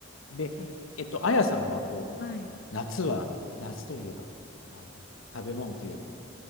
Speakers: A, on the left; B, on the left.
A: う。で、
B: はい。
A: えっと、あやさんは、こう、
B: はい
A: 夏は、夏といえば、あの、食べ物といえば、